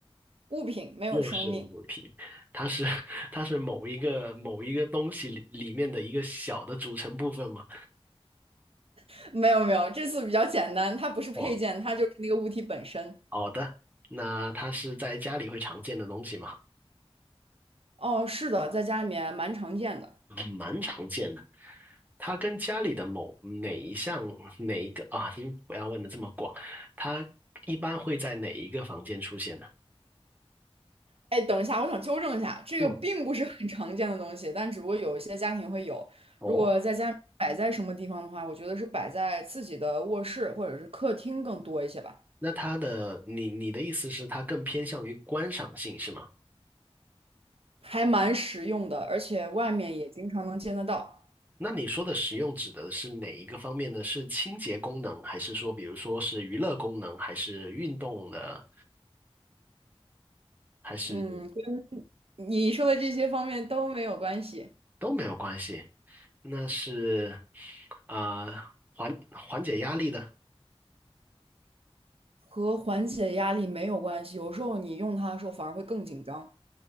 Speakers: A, on the right; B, on the right.
A: 物品没有生命，
B: 又是物品，它是 <laughs> 它是某一个某一个东西里里面的一个小的组成部分吗？
A: <laughs> 没有没有，这次比较简单，它不是配件，
B: 哦，
A: 它就是那个物体本身。
B: 好的，那它是在家里会常见的东西吗？
A: 哦，是的，在家里面蛮常见的。
B: 嗯蛮常见的。它跟家里的某哪一项哪一个啊？您不要问的这么广，它一般会在哪一个房间出现呢？
A: 哎，等一下，我想纠正一下，这个并不是很常见的东西，
B: 嗯，
A: 但只不过有一些家庭会有。
B: 哦，
A: 如果在家里摆在什么地方的话，我觉得是摆在自己的卧室或者是客厅更多一些吧，
B: 那它的你你的意思是它更偏向于观赏性是吗？
A: 还蛮实用的，而且外面也经常能见得到。
B: 那你说的实用指的是哪一个方面呢？是清洁功能，还是说比如说是娱乐功能，还是运动的，还是
A: 嗯，跟你说的这些方面都没有关系，
B: 都没有关系？那是啊、呃缓缓解压力的。
A: 和缓解压力没有关系。有时候你用它的时候反而会更紧张。